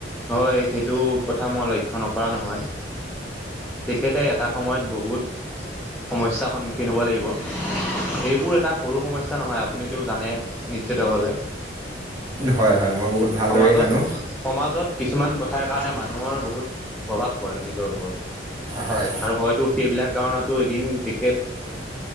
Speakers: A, in the centre; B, on the right.
A: হয় সেইটো কথা মই লক্ষ্্য নকৰা নহয় তেখেতে এটা সময়ত বহুত সমস্্যাৰ সন্মুখীন হ'ব লাগিব সেইবোৰ এটা সৰু সমস্্যা নহয় আপুনিতটো জানে নিশ্চিত ভাৱে
B: হয় হয় মই বহুত ভালদৰেই
A: সমাজত
B: জানো
A: সমাজত কিছুমান কথাৰ কাৰণে মানুহৰ বহুত প্ৰভাৱ নিজৰ ওপৰত
B: হয়
A: আৰু হয়তো সেইবিলাক কাৰণত এদিন তেখেত